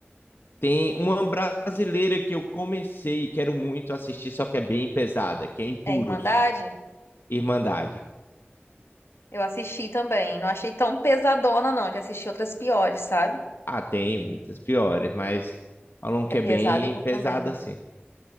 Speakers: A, on the left (about 60°); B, on the left (about 75°).
A: Tem uma brasileira que eu comecei e quero muito assistir, só que é bem pesada, que é Impuros,
B: É Irmandade?
A: Irmandade.
B: Eu assisti também. Não achei tão pesadona, não. Já assisti outras piores, sabe?
A: Ah, tem muitas piores, mas falam que
B: É pesado
A: é bem
B: igual
A: pesada
B: também.
A: assim.